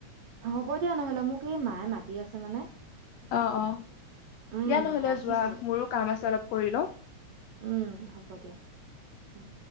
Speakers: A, on the right (about 70°); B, on the left (about 80°).
A: হ'ব দিয়া নহলে মোক, এই মায়ে মাতি আছে মানে
B: অ-অ,
A: উম,
B: দিয়া নহলে
A: ৰাখিছোঁ
B: যোৱা মোৰো কাম আছে অলপ কৰি লওঁ।
A: উম, হ'ব দিয়া। উম।